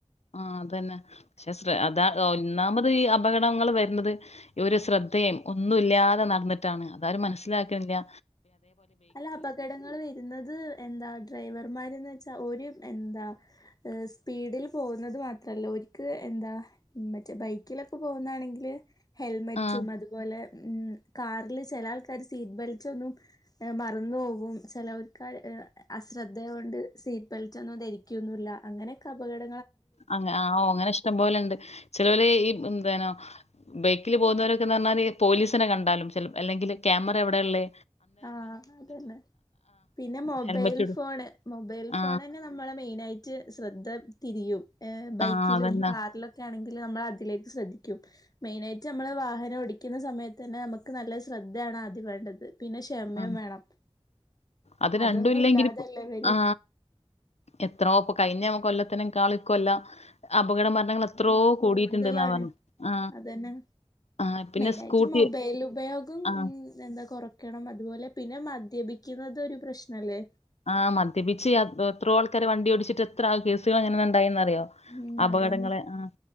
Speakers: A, on the left; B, on the left.
A: ആ അതന്നെ ക്ഷെ ശ്ര അതാ ഒന്നാമത് ഈ അപകടങ്ങൾ വരുന്നത്ഈ ഒരു ശ്രദ്ധയും ഒന്നുമല്ല്യാതെ നടന്നിട്ടാണ് അതാരും മനസ്സിലാക്ക്ണില്ല്യ
B: അല്ല അപകടങ്ങള് വെരുന്നത് എന്താ ഡ്രൈവ ർമാരെന്ന് വെച്ചാ ഒരു എന്താ സ്പീഡിൽ പോകുന്നത് മാത്രല്ല ഒല്ക്ക് എന്താ മറ്റേ ബൈക്കിലൊക്കെ പോകുന്നാണെങ്കില് ഹെൽമെറ്റും
A: ആഹ്
B: അതുപോലെ ഉം കാറില് ചില ആൾക്കാര് സീറ്റ് ബെൽറ്റ് ഒന്നും മറന്നു പോകും ചിലവർക്ക് അശ്രദ്ധ കൊണ്ട് സീറ്റ് ബെൽറ്റൊന്നും ധരിക്കുവൊന്നുമില്ല. അങ്ങനെയൊക്കെ അപകട
A: അ ആ ഓ അങ്ങനെ ഇഷ്ടംപോലെണ്ട്. ചിലവര് ഈ എന്ത ബൈക്കില് പോകുന്നവരൊക്കെന്ന് പറഞ്ഞാല് പോലീസിനെ കണ്ടാലും അല്ലെങ്കിൽ ക്യാമറ എവിടെയ ഉള്ളേ
B: ആഹ് അതന്നെ പിന്നെ മൊബൈൽ
A: ഹെൽമെറ്റ് ഇടും.
B: ഫോണ് മൊബൈൽ
A: ആ
B: ഫോണ് തന്നെ നമ്മളെ മെയിനായിട്ട് ശ്രദ്ധ തിരിയും. ഏഹ് ബൈക്കിലും
A: ആ അതന്നെ.
B: കാറിലൊക്കെ ആണെ നമ്മൾ അതിലേക്ക് ശ്രദ്ധിക്കും മെയിന ആയിട്ട് നമ്മള് വാഹനം ഓടിക്കുന്ന സമയത്ത് തന്നെ നമുക്ക് നല്ല ശ്രദ്ധയാണ് ആദ്യ വേണ്ടത്. പിന്നെ ക്ഷമയും
A: ആ
B: വേണം
A: അത്
B: അതൊന്നും
A: രണ്ടും ഇല്ലെങ്കിൽ
B: ഇല്ലാതല്ലേ
A: ഇ
B: ഇവര്
A: ആ എത്രോപ്പ കഴിഞ്ഞ കൊല്ല ത്തിനേക്കാളും ഇക്കൊല്ലം അപകട മരണങ്ങൾ എത്രയോ
B: ഉം കൂടുതലാണ്
A: കൂടിയിട്ടുണ്ടെന്നാ പറഞ്ഞെ. ആ
B: അതന്നെ.
A: ആ പിന്നെ
B: മെയിനായിട്ട്
A: സ്കൂട്ടി
B: മൊബൈൽ ഉപയോഗം
A: ആ
B: ഉ എന്താ കൊറ ക്കണം അ തുപോലെ പിന്നെ മദ്യപി ക്കുന്നത് ഒരു പ്രശ്നം അല്ലേ?
A: ആ മദ്യപിച്ച് യാത് എത്രയോ ആൾക്കാര് വണ്ടി എത്ര കേസുകളെങ്ങനെ ഉണ്ടായിന്നറിയോ
B: ഉം
A: അപകടങ്ങളെ
B: അതന്നെ
A: ആ